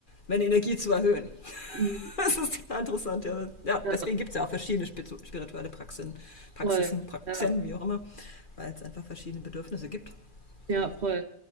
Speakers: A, on the left; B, on the right.
A: meine Energie zu erhöhen. <laughs>
B: Mhm.
A: Das ist total interessant, ja. ja
B: Ja,
A: deswegen gibt es ja auch verschiedene spirituelle Praxen, Praxisen,
B: voll.
A: Praxen,
B: Ja,
A: wie auch immer, weil es einfach verschiedene Bedürfnisse gibt.
B: ja,
A: Ja.
B: voll.